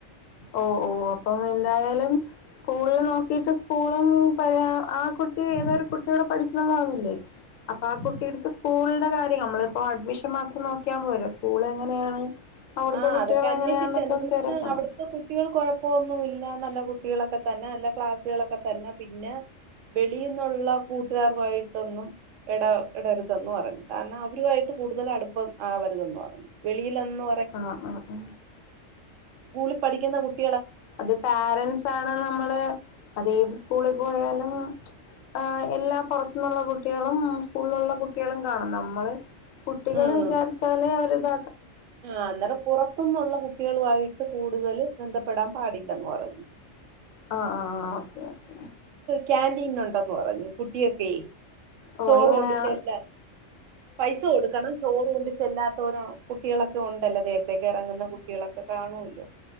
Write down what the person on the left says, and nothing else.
ഓ ഓ അപ്പം എന്തായാലും സ്കൂളില് നോക്കിട്ട് സ്കൂളും പല ആ കുട്ടി ഏതൊ ഒരു കുട്ടിയവിടെ പഠിക്കണന്ന് പറഞ്ഞില്ലേ അപ്പൊ ആ കുട്ടി എടുത്ത് സ്കൂളിന്റെ കാര്യം നമ്മളിപ്പോ അഡ്മിഷൻ മാത്രം നോക്കിയാൻ പോരേ സ്കൂൾ എങ്ങനെയാണ് അവിടുത്തെ
കുട്ടികൾ
അങ്ങനെയാന്നൊക്കെ
തിരക്കണം
ആ ആ ആ
അത് പാരൻസ് ആാണ് നമ്മള് അത് ഏത് സ്കൂളിൽ പോയാലും ആ എല്ലാ പുറത്തുന്നുള്ള കുട്ടികളും സ്കൂളിലുള്ള കുട്ടികളും കാണും നമ്മള് കുട്ടികള്
വിചാരിച്ചാലേ അവര്ത
ആ ആ ഓക്കെ ഓക്കേ
ഓ
എങ്ങനെയാ